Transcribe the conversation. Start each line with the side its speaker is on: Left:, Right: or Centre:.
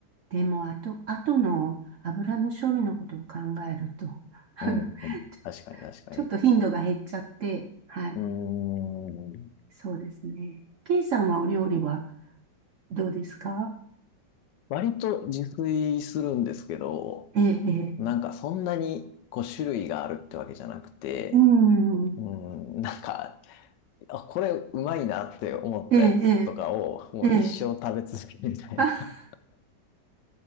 Right: でも、あと、あとの油の処理のことを考えると、あの、
Left: うん、
Right: ちょ、
Left: うん。確かに、確かに。
Right: ちょっと頻度が減っちゃって、はい。
Left: うーん。
Right: そうですね。ケイさんはお料理はどうですか
Left: 割と自炊するんですけど、
Right: ええ、ええ。
Left: なんかそんなにこう種類があるってわけじゃなくて、
Right: うん。
Left: うん、なんかあ、これうまいなって思ったやつとかを、
Right: ええ、え
Left: もう一生食べ続けるみたいな。
Right: え、ええ。<laughs> あ、